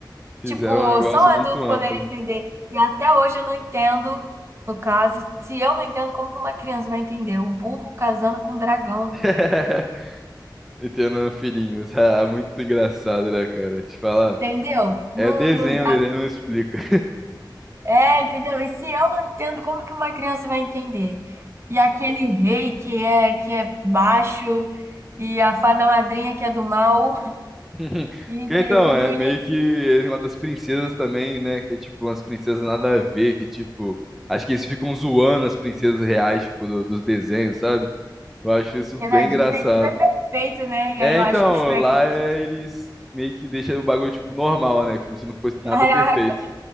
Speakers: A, in the centre; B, on the right (about 35°).
A: Fizeram
B: tipo,
A: um negócio
B: só um
A: muito
B: adulto
A: amplo.
B: poderia entender. E até hoje eu não entendo, no caso, se eu não entendo, como que uma criança vai entender? O burro casando com o dragão,
A: <laughs> E tendo filhinhos. <laughs> Ah, muito engraçado, né, cara? Te falar.
B: entendeu? Não,
A: É desenho,
B: não
A: desenho não explica.
B: É, entendeu? E se eu não entendo, como que uma criança vai entender? E aquele rei que é que é baixo e a fada madrinha que é do mal
A: <laughs>
B: e
A: Que
B: tem
A: Então,
B: tudo
A: é
B: isso.
A: meio que uma das princesas também, né? Que é tipo umas princesas nada a ver, que tipo. Acho que eles ficam zoando as princesas reais, tipo, do- dos desenhos, sabe? Eu acho isso
B: Porque
A: bem
B: na Disney
A: engraçado.
B: tudo é perfeito, né? E
A: É,
B: aí eu acho
A: então,
B: que o Shrek,
A: lá
B: <laughs>
A: é, eles meio que deixam o bagulho, tipo, normal, né? Como se não fosse nada
B: caraca,
A: perfeito.